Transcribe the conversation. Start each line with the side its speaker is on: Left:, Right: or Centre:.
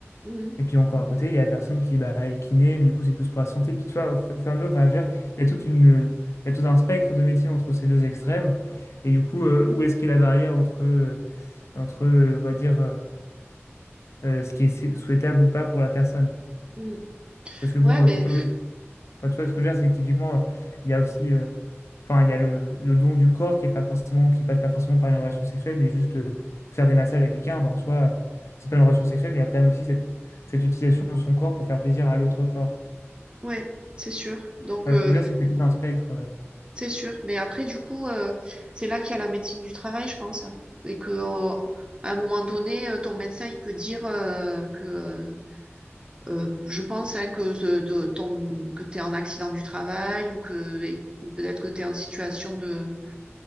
Right: Mm,
Left: Et puis encore à côté, il y a la personne qui bah, est kiné, mais du coup, c'est plus pour la santé. Puis tu vois, au fur au fur et à mesure, enfin, je veux dire, il y a toute une, il y a tout un spectre de métiers entre ces deux extrêmes. Et du coup, euh, où est-ce qu'est la barrière entre, euh, entre euh, on va dire, euh, euh, ce qui est sou- souhaitable ou pas pour la personne?
Right: mm.
Left: Parce que bon,
Right: Ouais, mais
Left: euh, t'es pas... obligé- enfin, tu vois, ce que je veux dire, c'est que typiquement, euh, il y a aussi... euh, Enfin, il y a le, le don du corps qui est pas forcément, qui passe pas forcément par une relation sexuelle, mais juste euh, faire des massages à quelqu'un, bah, en soi, euh, c'est pas une relation sexuelle, mais il y a quand même aussi cette, cette utilisation de son corps pour faire plaisir à l'autre corps.
Right: ouais, c'est sûr. Donc
Left: Enfin,
Right: euh,
Left: ce que je veux dire, c'est que c'est tout un spectre. euh.
Right: C'est sûr. Mais après, du coup, euh, c'est là qu'il y a la médecine du travail, je pense. Et que, euh, à un moment donné, euh, ton médecin, il peut dire euh, que, euh, euh, je pense, hein, que, ce- de- ton, que tu es en accident du travail ou que, et- ou peut-être que tu es en situation de